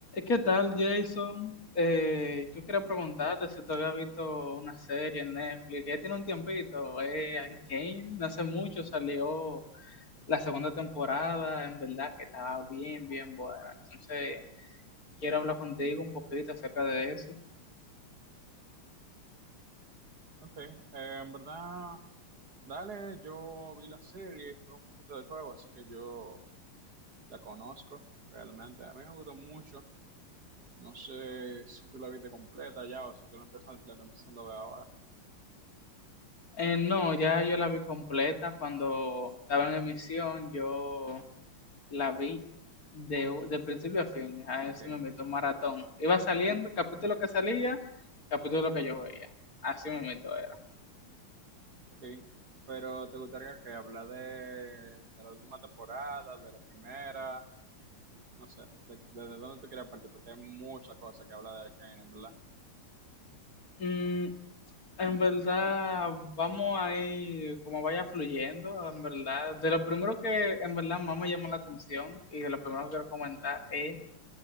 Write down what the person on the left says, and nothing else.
¿Qué tal, Jason? Eh, yo quería preguntarte si tú habías visto una serie en Netflix. Ya tiene un tiempito. Eh, Arcane, no hace mucho salió la segunda temporada. En verdad que estaba bien, bien buena. Entonces, quiero hablar contigo un poquito acerca de eso.
Eh, no, ya yo la vi completa cuando estaba en emisión. Yo la vi de, de principio a fin. A ver
si me meto un maratón. Iba saliendo, capítulo que salía, capítulo que yo veía. Así me meto era.
Mm, en verdad, vamos a ir como vaya fluyendo, en verdad. De lo primero que en verdad más me llama la atención y de lo primero que quiero comentar es